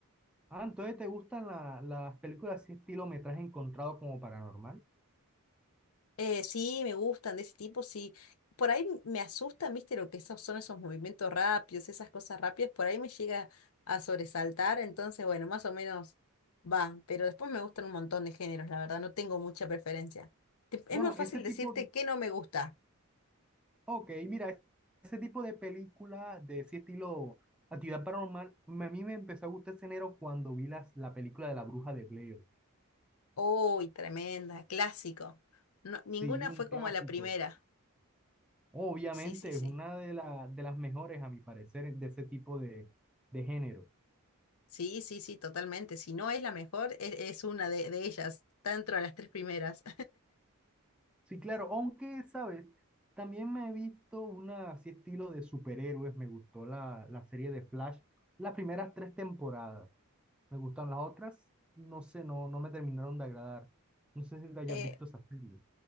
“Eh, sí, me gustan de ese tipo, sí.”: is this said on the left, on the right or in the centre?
Left